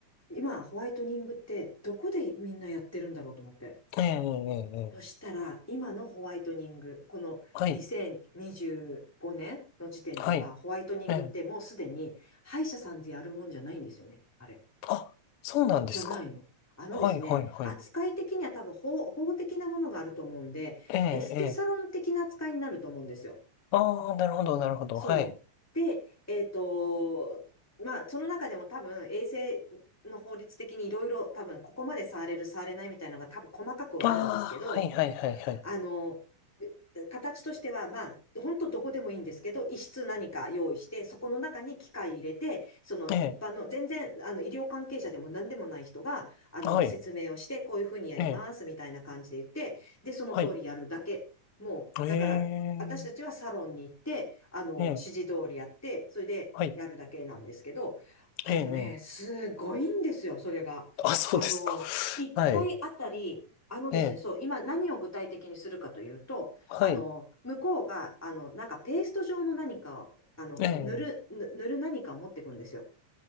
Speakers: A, in the centre; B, on the left.
A: 今、ホワイトニングってどこでみんなやってるんだろうと思って。
B: ええ、ええ、ええ
A: そしたら、今のホワイトニング、この2025年の時点では、
B: はい、はい、
A: ホワイトニングってもうすでに歯医者さんでやるもんじゃないんですよね。
B: ええ。
A: あれ。
B: あ、そうなんですか。
A: じゃないの。あのですね、
B: はい、はい、はい。
A: 扱い的には多分法、法的なものがあると思うんで、
B: ええ、
A: エステサロン的な扱いになると思うんですよ。
B: ええ。ああ、なるほど、なるほど、
A: そう。
B: はい。
A: で、えっと、まあ、その中でも多分、衛星の法律的にいろいろ多分、ここまで触れる、触れないみたいなのが多分、細かくはあるんですけど、
B: ああ、はい、はい、はい、はい。
A: あの、形としては、まあ、本当どこでもいいんですけど、一室何か用意して、そこの中に機械入れて、その一般の、
B: ええ、
A: 全然、あの、医療関係者でも何でもない人が、あの、
B: はい、
A: 説明をして、こういうふうにやります、
B: ええ、
A: みたいな感じで言って、で、その通りやるだけ。
B: はい。
A: もう、
B: ええ、
A: だから、私たちはサロンに行って、あの、
B: ええ、
A: 指示通りやって、それでやるだけなんですけど、
B: はい、
A: あのね、
B: ええ、ええ。
A: すごいんですよ、それが。
B: あ、そうですか。
A: あの、1回あたり、
B: <laughs> はい、
A: あのですね、
B: ええ、
A: そう、今何を具体的にするかというと、
B: はい、
A: あの、向こうが、あの、なんかペースト状の何かを、あの、
B: ええ。
A: 塗る、ぬ塗る何かを持ってくるんですよ。